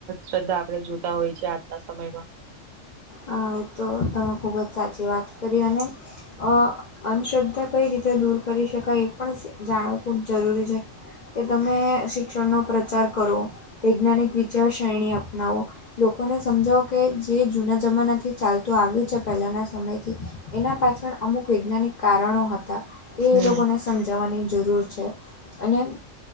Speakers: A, on the right; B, on the left.
A: શ્રદ્ધા આપણે જોતા હોય છે આજના સમયમાં.
B: હા તો તમે ખૂબ જ સાચી વાત કરી અને અં અધંધશ્રદ્ધા કઈ રીતે દૂર કરી શકાય એ પણ જાણવું ખૂબ જરૂરી છે. કે તમે શિક્ષણનો પ્રચાર કરો. વૈજ્ઞાનિક વિચાર શરણી અપનાવો લોકોને સમજાવો કે જે જૂના જમાનાથી ચાલતું આવ્યું છે પહેલાંના સમયથી એના પાછળ અમુક વૈજ્ઞાનિ કારણો હતા એ
A: હમ
B: એ લોકોને સમજાવવાની જરૂર છે અને